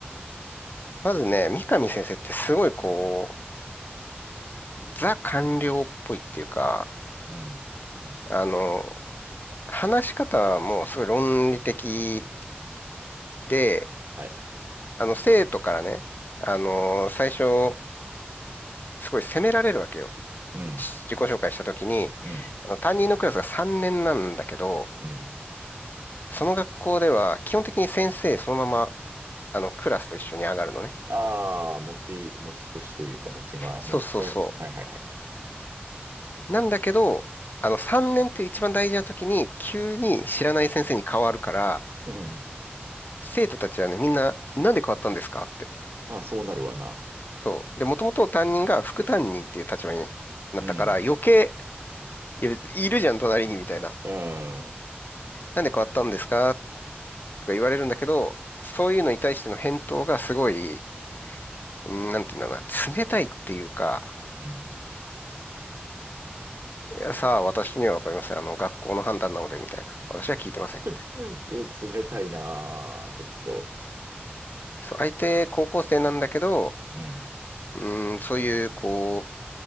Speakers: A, on the left (about 55°); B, on the right (about 70°).
A: まずね、三上先生ってすごいこう、ザ官僚っぽいっていうか、
B: うん。うん。
A: あの、話し方はもうすごい論理的で、
B: はい。
A: あの、生徒からね、あのー最初、すごい責められるわけよ。
B: うん。
A: し自己紹介したときに、
B: うん。
A: あの担任のクラスが3年なんだけど、
B: うん。
A: その学校では基本的に先生そのまま、あの、クラスと一緒に上がるのね。
B: ああ、持ち、持ち越しというか、持ち前、
A: そうそうそ
B: 持ちかれ、はいはいはい。
A: う。なんだけど、あの、3年っていう一番大事な時に、急に知らない先生に変わるから、
B: うん。
A: 生徒たちはね、みんな、なんで変わったんですかって
B: まあ、そうなるわな。
A: そう。で、もともと担任が副担任っていう立場になったから、
B: うん。
A: 余計、いや、いるじゃん、隣に、みたいな。
B: うん。
A: なんで変わったんですかとか言われるんだけど、そういうのに対しての返答がすごい、うんなんていうんだろうな、冷たいっていうか、
B: うん。うん
A: いや、さあ、私にはわかりません。あの、学校の判断なので、みたいな。私は聞いてません。
B: <laughs> 冷たいなあ、ちょっと。
A: そう、相手、高校生なんだけど、
B: うん。
A: うん、そういう、こ